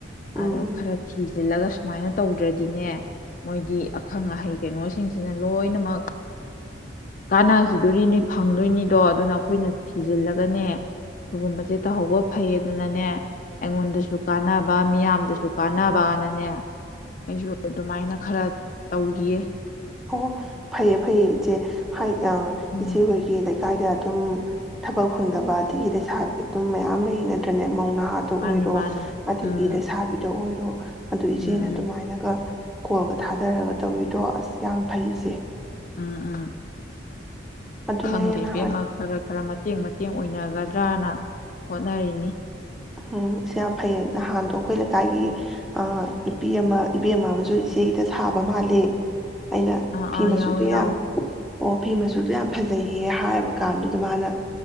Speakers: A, in the centre; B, on the left.
A: ꯎꯝ
B: ꯑꯗꯣ ꯈꯔ ꯊꯤ ꯐꯥꯖꯤꯜꯂꯒ ꯁꯨꯃꯥꯏꯅ ꯇꯧꯗ꯭ꯔꯗꯤꯅꯦ ꯃꯣꯏꯗꯤ ꯑꯈꯪ ꯑꯍꯩ ꯀꯩꯅꯣꯁꯤꯡꯁꯤꯅ ꯂꯣꯏꯅꯃꯛ ꯀꯥꯟꯅꯈꯤꯗꯣꯔꯤꯅꯤ ꯐꯪꯗꯣꯏꯅꯤꯗꯣ ꯑꯗꯨꯅ ꯑꯩꯈꯣꯏꯅ ꯊꯤꯖꯤꯜꯂꯒ ꯒꯅꯦ ꯁꯤꯒꯨꯝꯕꯁꯦ ꯇꯧꯍꯧꯕ ꯐꯩꯌꯦꯗꯅꯅꯦ ꯑꯩꯉꯣꯟꯗꯁꯨ ꯀꯥꯟꯅꯕ ꯃꯤꯌꯥꯝꯗꯁꯨ ꯀꯥꯟꯅꯕꯅꯅꯦ ꯑꯩꯁꯨ ꯑꯗꯨꯃꯥꯏꯅ ꯈꯔ ꯇꯧꯔꯤꯌꯦ
A: ꯑꯣ ꯐꯩꯌꯦ ꯐꯩꯌꯦ ꯏꯆꯦ ꯍꯥꯏ ꯑ
B: ꯎꯝ
A: ꯏꯆꯦ ꯍꯣꯏꯒꯤ ꯂꯩ ꯂꯩꯀꯥꯏꯗ ꯑꯗꯨꯝ ꯊꯕꯛ ꯐꯪꯗꯕ ꯑꯗꯒꯤ ꯂꯩꯁꯥꯕꯤ ꯑꯗꯨꯝ ꯃꯌꯥꯝ ꯂꯩ ꯅꯠꯇ꯭ꯔꯅꯦ ꯃꯧ ꯅꯍꯥꯗ ꯑꯣꯏꯔꯣ
B: ꯃꯥꯅꯤ ꯃꯥꯅꯤ
A: ꯑꯗꯒꯤ
B: ꯎꯝ
A: ꯂꯩꯁꯥꯕꯤꯗ ꯑꯣꯏꯔꯣ <unintelligible> ꯑꯗꯨ ꯏꯆꯦꯅ
B: ꯎꯝ
A: ꯑꯗꯨꯃꯥꯏꯅꯒ
B: ꯎꯝ
A: ꯀꯣꯜꯒ ꯊꯥꯗꯔꯒ ꯇꯧꯕꯤꯗꯣ ꯑꯁ ꯌꯥꯝ ꯐꯩ ꯏꯆꯦ
B: ꯑꯥ ꯑꯥ
A: ꯑꯗꯨꯅꯦ
B: ꯈꯪꯗꯦ
A: ꯑꯩꯅ ꯅꯍꯥꯟ
B: ꯏꯕꯦꯝꯃ ꯈꯔ ꯈꯔ ꯃꯇꯦꯡ ꯃꯇꯦꯡ ꯑꯣꯏꯅꯒꯗ꯭ꯔꯅ ꯍꯣꯠꯅꯔꯤꯅꯤ꯫
A: ꯎꯝ ꯏꯆꯦ ꯌꯥꯝ ꯐꯩꯌꯦ ꯅꯍꯥꯟꯗꯣ ꯑꯩꯈꯣꯏ ꯂꯩꯀꯥꯏꯒꯤ ꯑ-ꯅꯨꯄꯤ ꯑꯃ ꯏꯕꯦꯃ ꯑꯝꯁꯨ ꯏꯆꯦꯒꯤꯗ ꯁꯥꯕ ꯃꯥꯜꯂꯤ꯫ ꯑꯩꯅ
B: ꯑꯥ
A: ꯐꯤ
B: ꯑꯥ
A: ꯃꯆꯨꯗꯨ
B: ꯌꯥꯎꯋꯦ ꯌꯥꯎꯋꯦ
A: ꯌꯥꯝ ꯑꯣ ꯐꯤ ꯃꯆꯨꯗꯣ ꯌꯥꯝ ꯐꯖꯩꯌꯦ ꯍꯥꯏꯕ ꯀꯥꯟꯗꯨꯗ ꯃꯥꯅ